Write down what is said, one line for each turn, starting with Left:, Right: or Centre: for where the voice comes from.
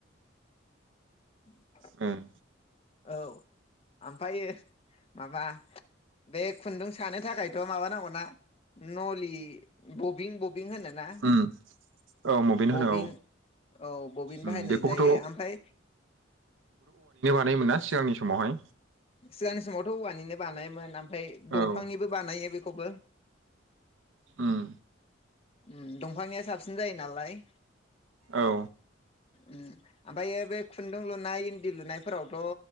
Left: <unintelligible>
Right: ओम।
Left: औ आमफ्रायो। माबा बे खुन्दुं सानो थाखायथ' माबा नांगौना नलि। बबिं ब बिं होन ना
Right: उम औ मबिनो होनो
Left: बबिं
Right: औ
Left: औ बबिन
Right: उम
Left: बाहायनाय
Right: बेखौबोथ'
Left: जायो। ओमफ्राय
Right: नाय मोना सिगांनि समावहाय
Left: सिगांनि समावथ' औवानिनो बानायोमोन ओम फ्राय दंफांनिबो
Right: औ
Left: बानायो बे खौबो
Right: ओम
Left: उम दंफांनिया साबसिन जायो नालाय
Right: औ
Left: ओम ओमफ्रायायो बे खुन्दुं लुनाय, इन्दि लुनायफोरावथ'